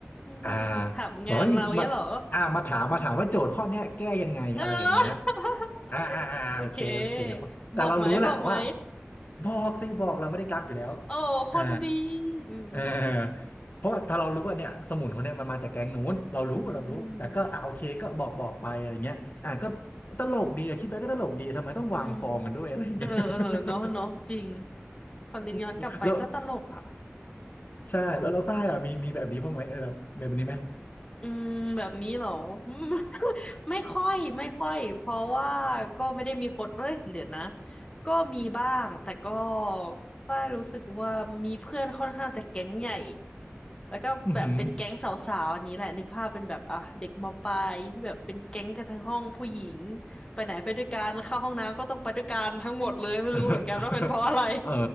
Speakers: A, on the left; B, on the left.
A: อ่า
B: มถับงานเราเงี้ยเหรอ
A: บอกว่ามาอ่ามาถามมาถามว่าโจทย์ข้อเนี้ยแก้ยังไงอะไรอย่างเงี้ย
B: เออ
A: อ่าอ่าอ่าโอเคโอเค
B: <laughs> โอเค
A: แต่เรารู้แหละว่า
B: บอกไหมบอกไหม
A: บอกสิบอกเราไม่ได้กักอยู่แล้ว
B: โอ้คนดี
A: อ่า
B: อืม
A: เออเพราะว่าถ้าเรารู้ว่าเนี่ยสมุนคนเนี้ยมันมาจากแก๊งนู้นเรารู้เรารู้แต่ก็อ่าโอเคก็บอกบอกไปอะไรเงี้ยอ่าก็
B: อืม
A: ตลกดีอะคิดไปก็ตลกดีทำไมต้องวางฟองกันด้วยอะไรเงี้ย
B: อืม เออเออเนาะเนาะจริง
A: <laughs>
B: พอนึกย้อนกลับไปก็ตลกอ่ะ
A: เออแล้วใช่แล้วเราฝ้ายอะมีมีแบบนี้บ้างไหมเออแบบแบบนี้ไหม
B: อืมแบบนี้เหรออืม <laughs> ไม่ค่อยไม่ค่อยเพราะว่าก็ไม่ได้มีคนเอ้ยเหลือนะก็มีบ้างแต่ก็ฝ้ายรู้สึกว่ามีเพื่อนค่อนข้างจะแก๊งใหญ่ แล้วก็แบบเป็นแก๊งสาวๆอันนี้แหละนึกภาพเป็นแบบอ่ะเด็กมปลายที่แบบเป็นแก๊งกันทั้งห้องผู้หญิง
A: อือหือ
B: ไปไหนไปด้วยกันเข้าห้องน้ำก็ต้องไปด้วยกันทั้งหมดเลยไม่รู้เหมือนกันว่าเป็นเพราะอะไร
A: <laughs> เออ